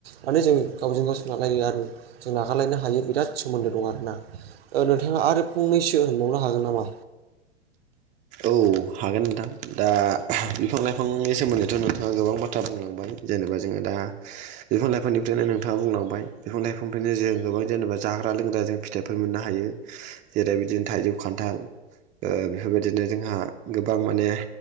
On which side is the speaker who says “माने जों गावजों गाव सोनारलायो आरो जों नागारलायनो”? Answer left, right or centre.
Right